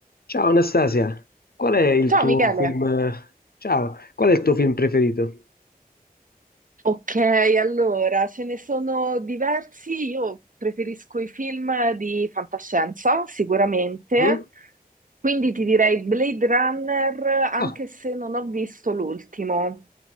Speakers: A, on the left; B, on the right.
A: Ciao Anastasia, qual è il
B: Ciao
A: tuo
B: Michele.
A: film? Ciao, qual è il tuo film preferito?
B: Ok, allora ce ne sono diversi. Io preferisco i film di fantascienza, sicuramente.
A: Mm?
B: Quindi ti direi Blade Runner, anche
A: Ah,
B: se non ho visto l'ultimo.